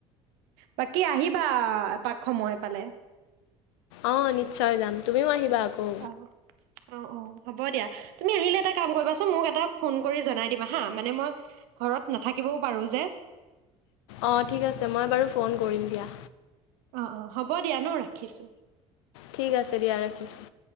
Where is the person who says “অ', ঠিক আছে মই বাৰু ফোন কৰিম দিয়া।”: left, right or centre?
Left